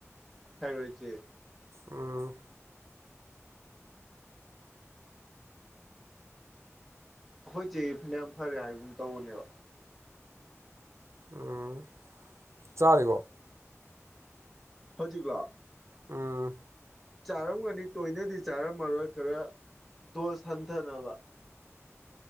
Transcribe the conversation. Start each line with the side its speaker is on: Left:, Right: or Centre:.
Centre: ꯊꯥꯏꯔꯣꯏꯠꯁꯦ
Right: ꯎꯝ
Centre: ꯑꯩꯈꯣꯏ ꯆꯦꯒꯤ ꯐꯅꯌꯥꯝ ꯐꯔꯦ ꯍꯥꯏꯕꯒꯨꯝ ꯇꯧꯕꯅꯦꯕ
Right: ꯎꯝ ꯆꯥꯔꯤꯕꯣ
Centre: ꯍꯧꯖꯤꯛꯂꯣ
Right: ꯎꯝ
Centre: ꯆꯥꯔꯝꯒꯅꯤ ꯇꯣꯏꯅꯗꯤ ꯆꯥꯔꯝꯃꯔꯣꯏ ꯈꯔ ꯗꯣꯁ ꯍꯟꯊꯅꯕ